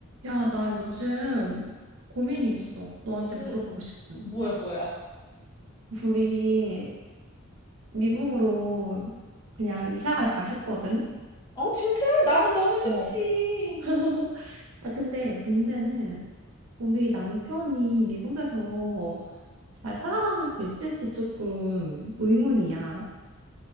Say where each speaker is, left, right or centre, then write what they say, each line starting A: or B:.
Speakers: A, on the right (about 65°); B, on the left (about 15°).
A: 야, 나 요즘 고민이 있어. 너한테 물어보고
B: 음,
A: 싶은.
B: 뭐야, 뭐야.
A: <laughs> 우리 미국으로 그냥 이사 갈까 싶거든.
B: 어, 진짜? 나는 너무 좋지.
A: 어, <laughs> 아, 근데 문제는 우리 남편이 미국에서 잘 살아남을 수 있을지 조금 의문이야.